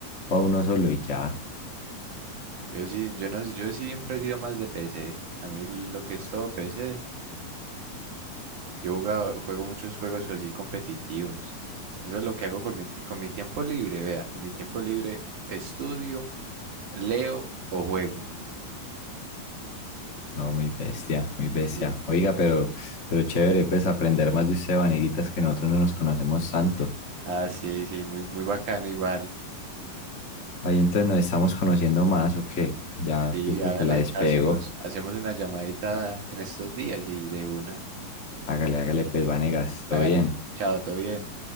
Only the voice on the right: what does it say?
Yo sí, yo no, yo siempre he sido más de PC. A mí lo que es todo PC, yo jugaba- juego muchos juegos así competitivos. Eso es lo que hago con mi, ti- con mi tiempo libre, vea, con mi tiempo libre estudio, leo o juego.
Sí, sí.
Ah, sí, sí, muy, muy bacano igual.
Sí,
hágale,
hacemos, hacemos una llamadita en estos días y de una,
hágale.
Chao, todo bien.